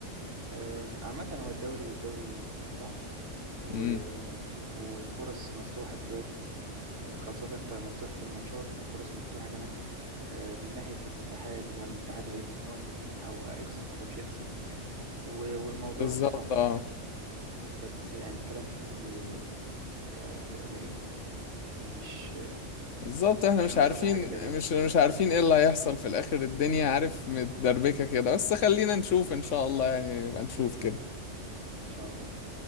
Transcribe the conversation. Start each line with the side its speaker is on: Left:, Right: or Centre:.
Right: آه، عامة هو الدوري الدوري صعب و...
Left: امم
Right: والفرص مفتوحة دلوقتي آه، خاصة انت مفتوح في الماتشات وفرص مفتوحة كمان آه، من ناحية الاتحاد وهل الاتحاد هيدي النقط لمين او هيخصم ولا مش هيخصم و... والموضوع
Left: بالظبط
Right: صعب
Left: اه
Right: بس يعني الكلام فيه آه، غريب ومش
Left: بالظبط احنا
Right: مش
Left: مش
Right: هنوصل
Left: عارفين
Right: لحاجة تقريبا
Left: مش مش عارفين ايه اللي هيحصل في الاخر الدنيا عارف متدربكة كده بس خلينا نشوف ان شاء الله يعني نبقى نشوف كده
Right: ان شاء الله